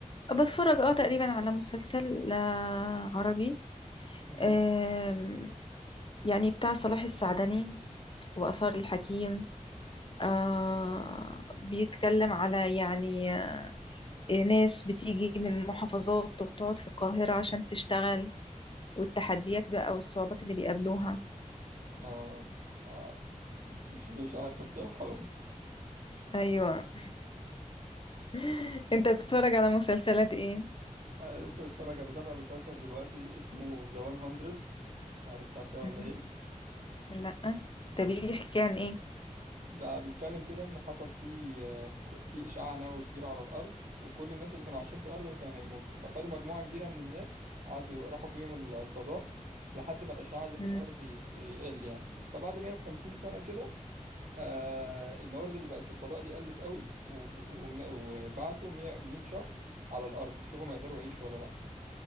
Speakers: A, on the left; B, on the right.
A: بتفرج اه تقريبا على مسلسل آه، عربي
B: مهم.
A: آم، يعني بتاع صلاح السعدني وآثار الحكيم آه، بيتكلم على يعني آه، ناس بتيجي من محافظات وبتقعد في القاهرة عشان تشتغل والتحديات بقى والصعوبات اللي بيقابلوها
B: اه آه، مش مش عارف الصراحة برضه
A: ايوه <laughs> انت بتتفرج على مسلسلات ايه
B: آه، أنا لسه متفرج بتابع مسلسل دلوقتي اسمه ذا 100 مش عارف تعرفيه
A: مهم.
B: ولا إيه
A: لا
B: بس
A: طب بيحكي عن ايه
B: ده بيتكلم كده إن حصل فيه آه، ك- في إشعاع نووي كبير على الأرض وكل الناس اللي كانوا عايشين في الأرض دول كانوا هيموتوا فخدوا مجموعة كبيرة من الناس قعدوا راحوا بيهم ال- الفضاء لحد ما الأشعاع اللي في
A: مم.
B: الأرض يخ- يقل يعني فبعد 150 سنة كده آه، الموارد اللي بقت في الفضاء دي قلت قوي وب- ون- وبعتوا 100 100 شخص على الارض يشوفوا ما يقدروا يعيشوا ولا لا